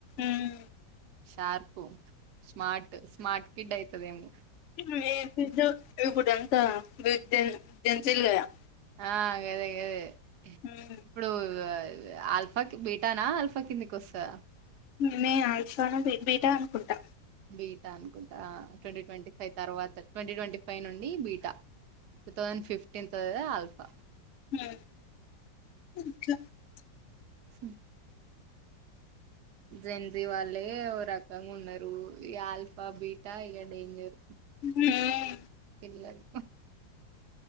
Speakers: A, on the left; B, on the right.
A: మ్
B: షార్పు స్మార్ట్ స్మార్ట్ కిడ్ అయితదేమో
A: <unintelligible> ఇప్పుడంత <unintelligible>
B: ఆ గదే గదె
A: ఉమ్
B: ఇప్పుడు అ ఆల్ఫాకి బీటానా అల్ఫా కిందికి వస్తద
A: మే ఆఫ్లస్న బీటా అనుకుంటాం
B: బీటా అనుకుంటా అ ట్వంటీ ట్వంటీ ఫైవ్ తర్వాత ట్వంటీ ట్వంటీ ఫైవ్ నుండి beta two thousand fifteen the uh alpha
A: మ్
B: స జెన్సీ వాళ్ళే ఓ రకంగా ఉన్నారు ఈ ఆల్ఫా బీటా ఇగ డేంజర్
A: హ్మ్
B: పిల్లలు